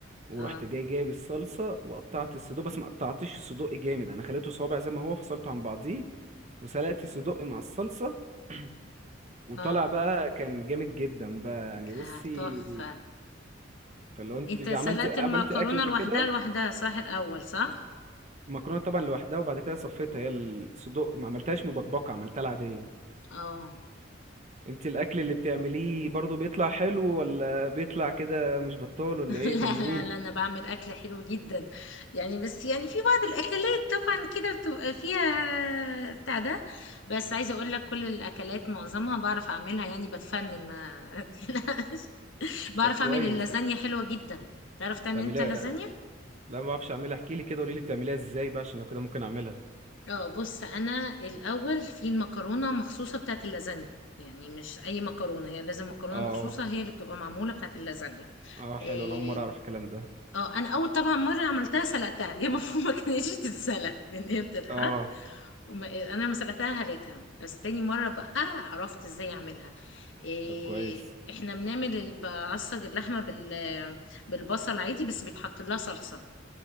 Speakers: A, on the right; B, on the left.
A: ورحت
B: اه
A: جاي جايب الصلصه وقطعت الصدق بس ما قطعتش الصدق جامد انا خليته صوابع زي ما هو فصلته عن بعضيه وسلقت الصدق مع الصلصه <clears throat> وطلع
B: اه
A: بقى كان جامد جدا بقى يعني
B: لا
A: بصي
B: تحفة
A: فلو انت
B: انت سلقت
A: عملتي عملتي
B: المكرونة
A: اكل قبل
B: لوحدها
A: كده
B: لوحدها صح الاول صح
A: المكرونه طبعا لوحدها وبعد كده صفيتها هي الصدوق ما عملتهاش مبكبكه عملتها العاديه
B: اه
A: انت الاكل اللي بتعمليه برضو بيطلع حلو ولا بيطلع كده مش بطال ولا
B: <laughs>
A: ايه طمنيني
B: لا لا لا انا بعمل اكل حلو جدا يعني بس يعني في بعض الاكلات طبعا كده بتبقى فيها بتاع ده بس عايزه اقول لك كل الاكلات معظمها بعرف اعملها يعني بتفنن ما <laughs> تقلقش بعرف
A: طب كويس
B: اعمل اللازانيا حلوه جدا تعرف تعمل
A: بتعمليها
B: انت لازانيا
A: لا ما بعرفش اعملها احكي لي كده قولي لي بتعمليها ازاي بقى عشان لو كده ممكن اعملها
B: اه بص انا الاول في المكرونه مخصوصه بتاعت اللازانيا يعني مش اي مكرونه هي لازم مكرونه
A: اه
B: مخصوصه هي اللي بتبقى معموله بتاعت اللازانيا
A: اه
B: إيه،
A: حلو انا اول مره اعرف الكلام ده
B: اه انا اول طبعا مره عملتها سلقتها هي المفروض <laughs> ما كانتش تتسلق لان هي بتتحط
A: اه
B: وما- انا ما سلقتها هليتها بس تاني مره بقى عرفت ازاي اعملها إيه،
A: طب كويس
B: احنا بنعمل ال- بعصج اللحمه بال بالبصل عادي بس بيتحط لها صلصه